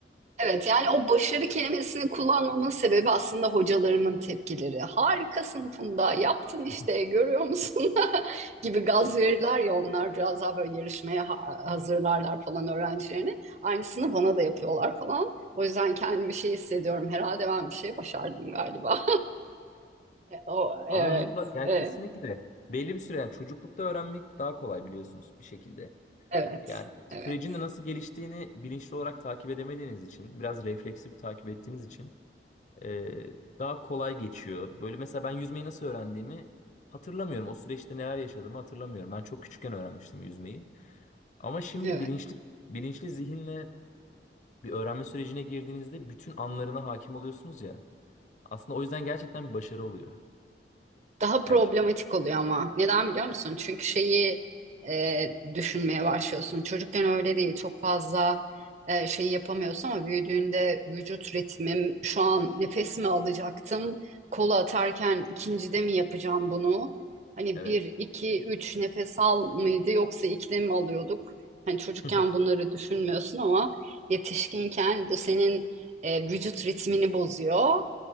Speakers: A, on the right; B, on the left.
A: Evet yani o başarı kelimesini kullanmamın sebebi aslında hocalarımın tepkileri. Harikasın Funda, yaptın işte
B: <laughs>
A: görüyor musun <laughs> gibi gaz verirler ya onlar biraz daha böyle yarışmaya ha- hazırlarlar falan öğrencilerini. Aynısını bana da yapıyorlar falan. O yüzden kendimi şey hissediyorum herhalde ben bir şey başardım galiba. <laughs> O, evet,
B: Ama mutlak yani
A: e,
B: kesinlikle belli bir süre yani çocuklukta öğrenmek daha kolay biliyorsunuz bir şekilde.
A: evet,
B: Yani sürecin
A: evet,
B: de nasıl geliştiğini bilinçli olarak takip edemediğiniz için, biraz refleksif takip ettiğiniz için e, daha kolay geçiyor. Böyle mesela ben yüzmeyi nasıl öğrendiğimi hatırlamıyorum. O süreçte neler yaşadığımı hatırlamıyorum. Ben çok küçükken öğrenmiştim yüzmeyi. Ama şimdi
A: evet.
B: bilinçli bilinçli zihinle bir öğrenme sürecine girdiğinizde bütün anlarına hakim oluyorsunuz ya. Aslında o yüzden gerçekten bir başarı oluyor
A: daha problematik
B: bence.
A: oluyor ama. Neden biliyor musun? Çünkü şeyi e, düşünmeye başlıyorsun. Çocukken öyle değil. Çok fazla e, şey yapamıyorsun ama büyüdüğünde vücut ritmim, şu an nefes mi alacaktım? Kolu atarken ikincide mi yapacağım bunu? Hani
B: Evet.
A: bir, iki, üç nefes al mıydı yoksa ikide mi alıyorduk? Hani çocukken
B: <laughs>
A: bunları düşünmüyorsun ama yetişkinken bu senin e, vücut ritmini bozuyor.